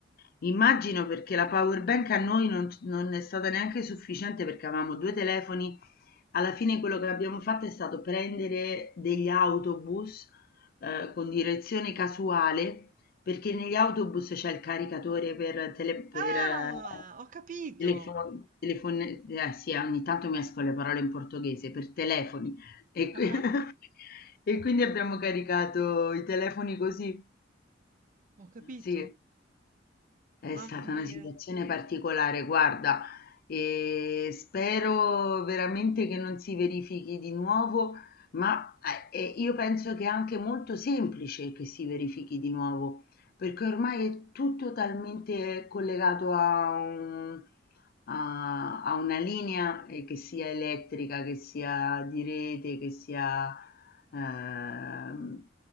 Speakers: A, on the left; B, on the right.
A: immagino perché la power bank a noi non, non è stata neanche sufficiente perché avevamo due telefoni. Alla fine quello che abbiamo fatto è stato prendere degli autobus eh, con direzione casuale perché negli autobus c'è il caricatore per, tele, per
B: Ah,
A: eh,
B: ho capito.
A: telefon, telefon- eh, sì, ogni tanto mescolo le parole in portoghese, per telefoni. E qui
B: Ah-ah,
A: <laughs> e quindi abbiamo caricato i telefoni così.
B: ho capito.
A: Sì. È
B: Mamma
A: stata
B: mia.
A: una situazione particolare, guarda, e spero veramente che non si verifichi di nuovo, ma eh, eh, io penso che è anche molto semplice che si verifichi di nuovo perché ormai è tutto talmente collegato a, un- a- a una linea, eh, che sia elettrica, che sia di rete, che sia ehm,